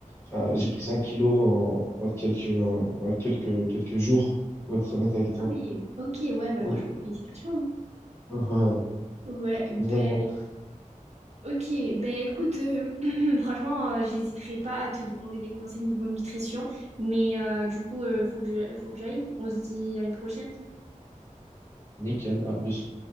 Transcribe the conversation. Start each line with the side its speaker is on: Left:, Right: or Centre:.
Left: Enfin, j'ai pris 5 kilos en, en quelques, en, en quelques, quelques jours, pour être honnête avec toi.
Right: Ah oui, ok, ouais, ben
Left: Oh,
Right: franchement, félicitations.
Left: ouais,
Right: Ouais, ben
Left: vraiment.
Right: ok, ben écoute, euh, <clears throat> franchement, euh, j'hésiterai pas à te demander des conseils niveau nutrition, mais euh, du coup, euh, faut que je, faut que j'aille. On se dit à une prochaine.
Left: Nickel, à plus.